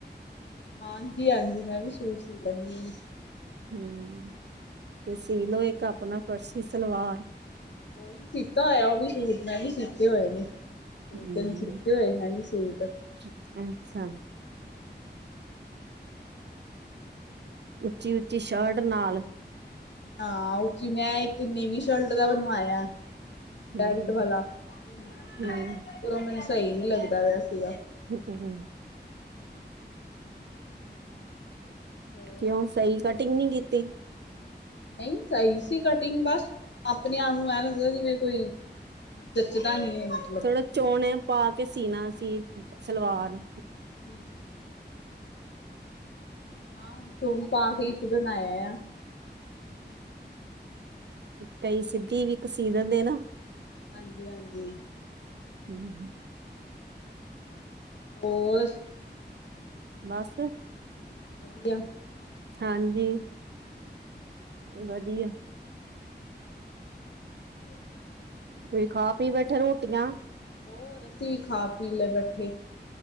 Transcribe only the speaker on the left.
ਹਾਂਜੀ-ਹਾਂਜੀ, ਮੈਂ ਵੀ ਸੂਟ ਸੀਅ ਲੈਂਨੀ ਹਾਂ।
ਕੋਈ ਨੀ ਸੀਤਾ ਹੋਇਆ ਉਹ ਵੀ ਸੂਟ, ਮੈਂ ਵੀ ਸੀਤੇ ਹੋਏ ਨੇ। ਹੋਰ
ਤਾਂ ਨੀ ਸੀਤੇ ਹੋਏ, ਮੈਂ ਵੀ ਸੂਟ।
ਹਾਂ ਉੱਚੀ, ਮੈਂ ਇੱਕ ਨੀਵੀਂ ਸ਼ਰਟ ਦਾ ਬਣਵਾਇਆ।
ਬੈਲਟ ਵਾਲਾ, ਹੂੰ
ਫੇਰ ਮੈਨੂੰ ਸਹੀ ਨਹੀਂ ਲੱਗਦਾ ਪਿਆ ਸੀਗਾ।
ਹੂੰ, ਹੋ
ਨਹੀਂ ਸਹੀ ਸੀ ਕਟਿੰਗ ਬਸ, ਆਪਣੇ ਆਪ ਨੂੰ ਐਂ ਲੱਗਦਾ ਜਿਵੇਂ ਕੋਈ ਜੱਚਦਾ ਨੀ ਏ ਮਤ
ਹੂੰ, ਹਾਂ, ਚੋਣ ਪਾ ਕੇ ਈ ਇੱਕ ਦਿਨ ਆਇਆ ਐ।
ਹਾਂਜੀ-ਹਾਂਜੀ।
ਬੋਸ
ਵਧੀਆ।
ਹੋਰ
ਹੋਰ, ਅਸੀਂ ਖਾ ਪੀ ਲੈ ਬੈਠੇ